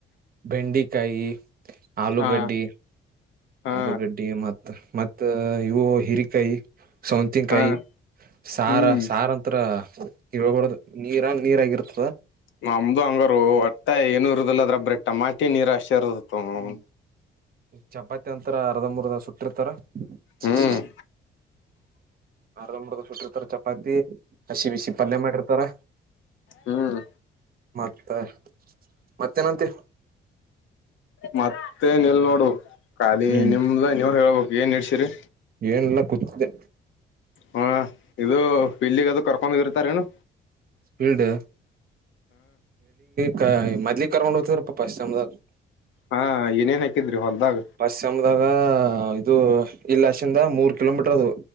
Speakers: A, on the right (about 50°); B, on the left (about 75°).
A: ಬೆಂಡಿಕಾಯಿ ಆಲೂ
B: ಹಾ
A: ಗಡ್ಡಿ
B: ಹಾ
A: ಆಲೂಗಡ್ಡಿ ಮತ್ತೆ ಮತ್ತ ಇವು ಹಿರಿಕಾಯಿ ಸೌಂತನ್ಕಾಯಿ
B: ಹಾ
A: ಸಾರ
B: ಹ್ಮ್
A: ಸಾರ ಅಂತರ ಇಬಡದು ನೀರಾ ನೀರಗಿರ್ತದ
B: ನಮ್ದು ಹಂಗರು ಒಟ್ಟೆ ಏನು ಇರುದಿಲ್ಲ ಅದ್ರ ಬ್ರ ಟಮಾಟೆ ನೀರು ಅಷ್ಟೇ ಇರ್ತದ ಹ
A: ಹ್ಮ್ ಚಪಾತಿ ಅಂತರ ಅರ್ಧ ಮೂರ್ದ ಸುಟ್ಟಿರ್ತಾರ
B: ಹ್ಮ್
A: ಹ ಆರ್ಧ್ ಮುಕ ಸುಟ್ಟಿರ್ತಾರ ಚಪಾತಿ ಹಸಿ ಬಿಸಿ ಪಲ್ಯ ಮಾಡಿರ್ತಾರ
B: ಹ್ಮ್
A: ಮತ್ತೆ ಮತ್ತೇನಂತೆ
B: ಮತ್ತೆ ನಿಲ್ ನೋಡು ಖಾಲಿ
A: ಹ್ಮ್
B: ನಿಮ್ದ ನೀವು್ ಹೇಳ್ಬು ಏನು ಹೇಳ್ಸರಿ
A: ಏನೆಲ್ಲ ಕೂತ್ಿದೆ
B: ಹಾ ಇದು ಇಲ್ಲಿಗದು ಕರ್ ಕಮ್ಮಗರುತಾರೆನು
A: ಇಲ್ಡೆ ಕ ಮದ್ಲಿ ಕರ್ೊಂಡು ಹೋಗ್ೀರಪ್ಪ ಪಶ್ಚಿಮದಾಗ
B: ಹಾ ಏನೇನ್ ಹಾಕಿದ್ರಿ ಹೊಲ್ದಾಗ
A: ಫಸ್ಟ್ ಸೆಮ್ದಾಗ ಇದು ಇಲ್ಲಶಿಂದ ಮೂರು ಕಿಲೋಮೀಟರ್ ಅದು